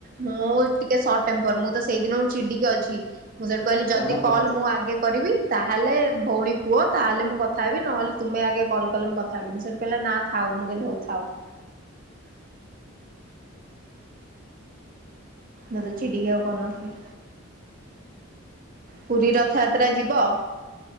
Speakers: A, on the right; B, on the left.
A: ମୁଁ ଟିକେ ସଟ ଟେମ୍ପର ମୁଁ ତ ସେଇଦିନ ଚିଡିକି ଅଛି। ମୁଁ ସେଇଠୁ କହିଲି
B: ହଁ ଜଣା
A: ଯଦି
B: ପଡୁଛି।
A: କଲ୍ ମୁଁ ଆଗେ କରିବି ତାହେଲେ ଭଉଣୀ କୁହ ତାହେଲେ ମୁଁ କ ଥା ହେବି ନହେଲେ ତୁମେ ଆଗେ କଲେ ମୁ କଥା ହେବିନି ସେଠୁ କହିଲ ନା ଥା ମୁଁ କହଲି ହୋଊ ହେଉଥାଉ। ମତ ଚଝିଡିଆଉ କରି ନଥିଲି। ପୁରୀ ରଥଯାତ୍ରା ଯିବ?